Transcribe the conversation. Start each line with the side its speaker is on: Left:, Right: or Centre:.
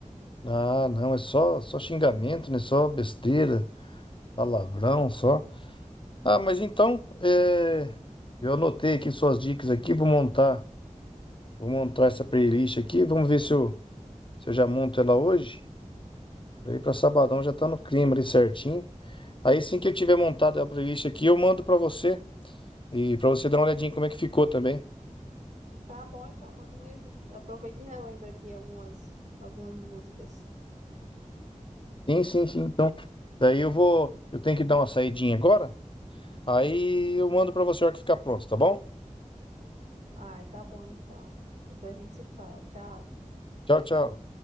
Left: Ah, não, é só, só xingamento, né? Só besteira. Palavrão só. Ah, mas então, é, eu anotei aqui suas dicas aqui, vou montar, vou montar essa playlist aqui, vamos ver se eu, se eu já monto ela hoje. Daí para sabadão já tá no clima ali certinho. Aí assim que eu tiver montado a playlist aqui, eu mando para você e para você dar uma olhadinha como é que ficou também.
Right: Tá bom, então, mande mesmo. Aproveita e relembra aqui algumas, algumas músicas.
Left: Sim, sim, sim. Então, daí eu vou, eu tenho que dar uma saidinha agora. Aí eu mando para você a hora que ficar pronto, tá bom?
Right: Ah, tá bom, então. Depois a gente se fala. Tchau.
Left: Tchau, tchau.